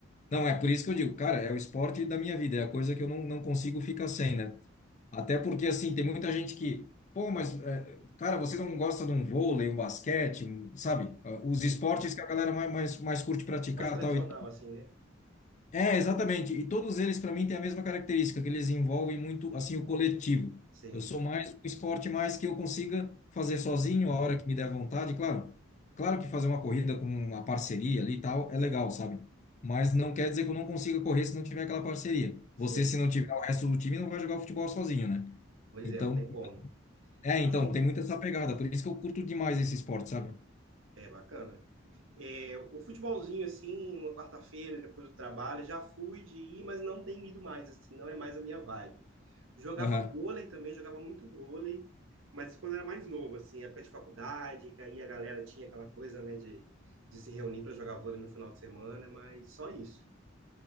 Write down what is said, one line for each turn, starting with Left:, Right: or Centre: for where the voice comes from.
Left: Não, é por isso que eu digo, cara, é o esporte da minha vida, é a coisa que eu não, não consigo ficar sem, né? Até porque, assim, tem muita gente que, pô, mas, é, cara, você não gosta de um vôlei, um basquete, um- sabe? Ah, Os
Right: Sim.
Left: esportes que a galera mais, mais, mais curte praticar
Right: Mais tradicional,
Left: tal. E
Right: assim, né?
Left: É, exatamente. E todos eles, para mim, têm a mesma característica, que eles envolvem muito, assim, o coletivo.
Right: Sim.
Left: Eu sou mais um esporte mais que eu consiga fazer
Right: Tipo,
Left: sozinho, a hora que me der vontade, claro. Claro que fazer uma corrida com uma parceria ali e tal é legal, sabe? Mas não quer dizer que eu não consiga correr se não tiver aquela parceria.
Right: Sim,
Left: Você, se não tiver o resto do time, não vai jogar futebol sozinho, né?
Right: pois
Left: Então,
Right: é, não tem como.
Left: é, então,
Right: Assim,
Left: tem muito essa pegada. Por isso que eu curto demais esse esporte, sabe?
Right: é bacana. É, o futebolzinho, assim, uma quarta-feira, depois do trabalho, já fui de ir, mas não tenho ido mais, assim, não é mais a minha vibe. Jogava
Left: Aham.
Right: vôlei também, jogava muito vôlei, mas quando era mais novo, assim, época de faculdade, que aí a galera tinha aquela coisa, né, de, de se reunir para jogar vôlei no final de semana, mas só isso.